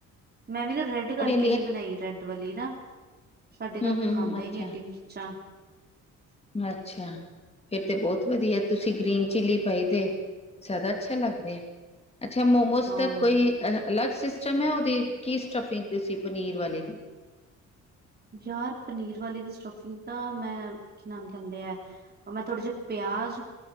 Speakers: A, on the right; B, on the left.
A: ਮੈਂ ਵੀ ਨਾ ਰੈਡ- ਐਡੇ ਕਰਕੇ
B: ਔਰ ਇੰਨੀ
A: ਨੀ ਬਣਾਈ ਰੈਡ ਵਾਲੀ ਨਾ। ਸਾਡੇ
B: ਹਮ
A: ਘਰ ਕੋਈ
B: ਹਮ
A: ਖਾਂਦਾ
B: ਹਮ ਅੱਛਾ
A: ਈ ਨੀ ਐਡੀ ਮਿਰਚਾਂ।
B: ਅੱਛਾ ਫਿਰ ਤੇ ਬੋਤ ਵਧੀਆ ਤੁਸੀਂ ਗ੍ਰੀਨ ਚਿੱਲੀ- ਪਈ ਤੇ ਜਾਦਾ ਅੱਛਾ ਲੱਗ ਰਿਆ। ਅੱਛਾ ਮੋਮੋਜ਼
A: ਹਾਂ
B: ਦਾ ਕੋਈ ਅਲੱਗ- ਚਾ ਮੈਂ ਓ ਦੇਖਕੇ ਸਟਫਿੰਗ ਦੇ ਸੀ ਪਨੀਰ ਵਾਲੇ ਦੀ।
A: ਯਾਰ ਪਨੀਰ ਵਾਲੇ ਦੀ ਸਟਫਿੰਗ ਤਾਂ ਮੈਂ ਕੀ ਨਾਮ ਕੈਂਦੇ ਐ। ਮੈਂ ਥੋੜੇ ਜਿਹੇ ਪਿਆਜ